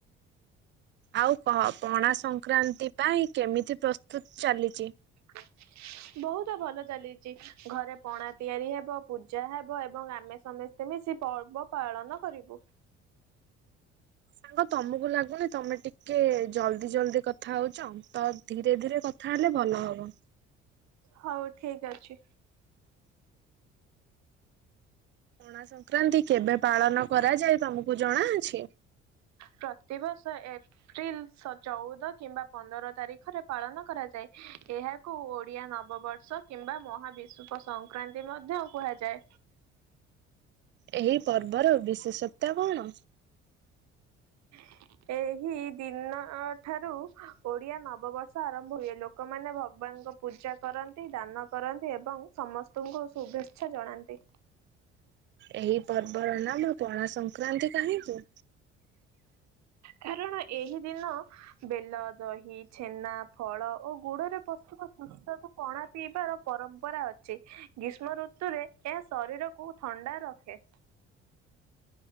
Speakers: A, on the right; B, on the right.
A: ଆଉ କହ ପଣା ସଂକ୍ରାନ୍ତି ପାଇଁ କେମିତି ପ୍ରସ୍ତୁତ ଚାଲିଚି?
B: <unintelligible> ବହୁତ ଭଲ ଚାଲିଚି ଘରେ ପଣା ତିଆରି ହେବ ପୂଜା ହେବ ଏବଂ ଆମେ ସମସ୍ତେ ମିଶି ପର୍ବ ପାଳନ କରିବୁ।
A: ସାଙ୍ଗ ତମକୁ ଲାଗୁନି ତମେ ଟିକେ ଜଲଦି ଜଲଦି କଥା ହଉଚ? ତ ଧୀରେ ଧୀରେ କଥା ଥାହେଲେ ଭଲ ହବ।
B: ହଉ ଠିକ ଅଛି।
A: ପଣା ସଂକ୍ରାନ୍ତି କେବେ ପାଳନ କରାଯାଏ ତମକୁ ଜଣା ଅଛି?
B: ପ୍ରତିିବଷ ଏ ଏପ୍ରିଲ ସ ଚଉଦ କିମ୍ବା ପନ୍ଦର ତାରିଖରେ ପାଳନ କରାଯାଏ। ଏହାକୁ ଓ ଡିଆ ନବବର୍ଷ କିମ୍ବା ମହାବିଶୁବ ସଂକ୍ରାନ୍ତି ମଧ୍ୟ କୁହାଯାଏ।
A: ଏହି ପର୍ବର ବିଶେଷତା କଣ?
B: <inaudible> ଏହି ଦିନ ଠାରୁ ଓଡିଆ ନବବର୍ଷ ଆରମ୍ଭ ହୁଏ। ଲୋକମାନେ ଭଗବା ନଙ୍କ ପୂଜା କରନ୍ତି ଦାନ କରନ୍ତି ଏବଂ ସମସ୍ତଙ୍କୁ ଶୁଭେଚ୍ଛା ଜଣାନ୍ତି।
A: ଏହି ପର୍ବର ନାମ ପଣା ସଂକ୍ରାନ୍ତି କାହିଁକି?
B: କାରଣ ଏହି ଦିନ ବେଲ, ଦହି, ଛେନା, ଫଳ ଓ ଗୁଡରେ ପସ୍ତୁ ଓ ପୁସ୍ତକୁ ପଣା ପିଇବାର ପରମ୍ପରା ଅଛି ଗୀଷ୍ମ ଋତୁରେ ଏହା ଶରୀରକୁ ଥଣ୍ଡା ରଖେ।